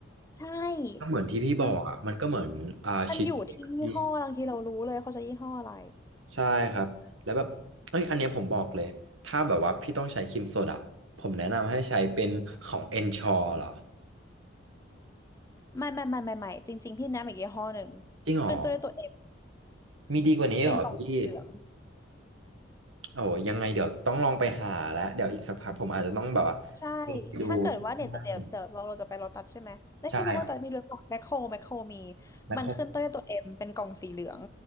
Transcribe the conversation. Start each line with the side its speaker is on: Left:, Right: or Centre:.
Left: ใช่
Right: ก็เหมือนที่พี่บอกอะมันก็เหมือนอ่าชีสเค้กอะพี่
Left: อืมมันอยู่ที่ยี่ห้อบางทีเรารู้เลยเขาจะยี่ห้ออะไร
Right: ใช่ครับแล้วแบบเอ้ยอันเนี้ยผมบอกเลยถ้าแบบว่าพี่ต้องใช้ครีมสดอะผมแนะนำให้ใช้เป็นของ Ensure เหรอ
Left: ไม่ไม่ไม่ไม่ไม่จริงๆพี่แนะนำอีกยี่ห้อหนึ่ง
Right: จริงเหรอ
Left: ขึ้นตัวด้วยตัวเอฟ
Right: มีดีกว่านี้เหรอพี่
Left: เป็นกล่องสีเหลือง
Right: โอ้ยังไงเดี๋ยวต้องลองไปหาแล้วเดี๋ยวอีกสักพักผมอาจจะต้องแบบว่า
Left: ใช่
Right: ไปดู
Left: ถ้าเกิดว่าเนี่ยจะเดี๋ยวเดี๋ยวเราเราจะไปโลตัสใช่ไหมเอ้ยไม่รู้ว่าตอนนี้มีหรือเปล่าแมคโครแมคโครมี
Right: บ้างใช่ครับแมคโคร
Left: มันขึ้นต้นด้วยตัวเอ็มเป็นกล่องสีเหลือง